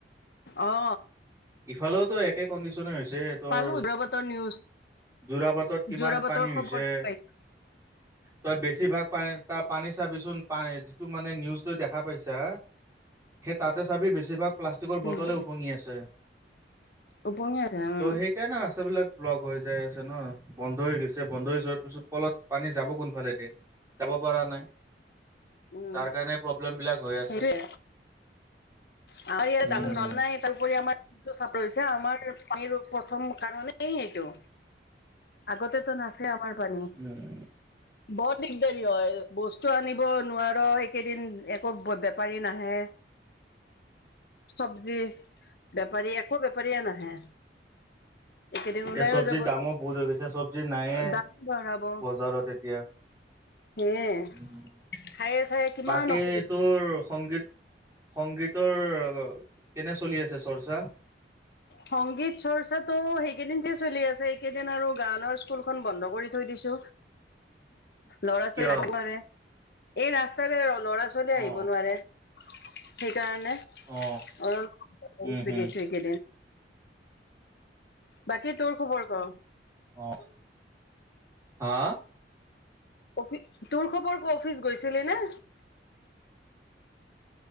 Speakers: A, on the left; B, on the right.
A: অ।
B: ইফালেওতো একে কণ্ডিশনে হৈছে তোৰ।
A: পালো যোৰাবাটৰ নিউজ
B: যোৰাবাটত কিমান
A: যোৰাবাটৰ
B: পানী
A: খবৰটো
B: হৈছে।
A: পাইছো
B: তই বেছি ভাগ পানী তাৰ পানী চাবিচোন, পানী যিটো মানে নিউজটো দেখা পাইছা সেই তাতে চাবি বেছিভাগ প্লাষ্টিকৰ বটলে
A: উম
B: উপঙি আছে।
A: উপঙি আছে। উম
B: ত' সেইকাৰণে ৰাস্তা বিলাক ব্লক হৈ যায় আছে ন, বন্ধ হৈ গৈছে, বন্ধ হৈ যোৱাৰ পিছত ফলত পানী যাব কোনফালে দি? যাব পৰা নাই।
A: উম
B: তাৰ কাৰণে প্ৰব্লেমবিলাক হৈ আছে।
A: সেইটোয়ে আমাৰ ই
B: উম
A: ডাঙৰ নল নাই তাৰপৰি আমাৰ <unintelligible> <unintelligible> আমাৰ পানীৰ প্ৰথম কাৰণেই এইটো আগতেতো নাচে আমাৰ পানী।
B: উম
A: বৰ দিগদাৰি হয়, বস্তু আনিব নোৱাৰ এইকেইদিন, একো বেপাৰী নাহে। চবজি, বেপাৰী একো বেপাৰীয়ে নাহে।
B: <inaudible>
A: এইকেইদিন
B: এতিয়া
A: ওলাইও
B: চবজিৰ
A: যাব
B: দামো বহুত হৈ গৈছে, চবজি নাইয়ে
A: নোৱাৰো দাম বঢ়াব
B: বজাৰত এতিয়া।
A: সেয়ে
B: উম'
A: ঠায়ে ঠায়ে কিমান
B: বাকী
A: অসুবিধা
B: তোৰ সংগীত, সংগীতৰ কেনে চলি আছে চৰ্চা?
A: সংগীত চৰ্চাটো সেইকেইদিন যে চলি আছে, এইকেইদিন আৰু গানৰ স্কুলখন বন্ধ কৰি থৈ দিছোঁ। লৰা
B: কিয়
A: ছোৱালী আহিব <unintelligible> নোৱাৰে। এই ৰাস্তাৰে ল'ৰা-ছোৱালী আহিব
B: অ
A: নোৱাৰে। সেইকাৰণে। <unintelligible>
B: অ
A: অলপ
B: উম
A: ৰেষ্ট
B: হম
A: লৈছোঁ এইকেইদিন। বাকী তোৰ খবৰ ক?
B: অ, হা।
A: অফিচ, তোৰ খবৰ ক অফিচ গৈছিলি নে?